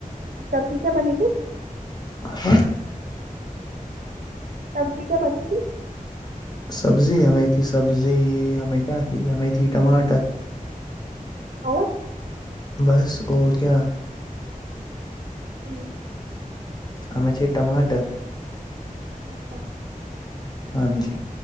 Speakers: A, on the right; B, on the left.
A: سبزی کیا بنی تھی
B: ہاں
A: سبزی کیا بنے تھی
B: سبزی ہمیں تھی سبزی ہمیں کیا تھی ہمیں تھی ٹماٹر
A: اور
B: بس اور کیا
A: ہمم
B: ہم میں چی ٹماٹر
A: اچھا
B: ہاں جی